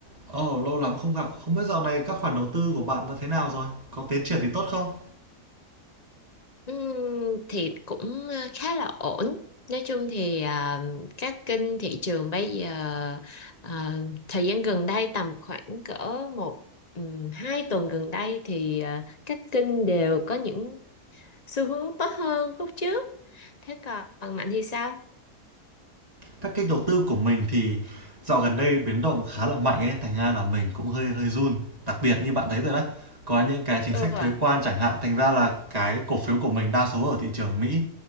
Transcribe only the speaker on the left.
Ừm, thì cũng ờ, khá là ổn. Nói chung thì à, các kênh thị trường bây giờ à, thời gian gần đây tầm khoảng cỡ một ừm, hai tuần gần đây thì à, các kênh đều có những xu hướng tốt hơn lúc trước. Thế còn Mạnh thì sao?
Ừ,
à,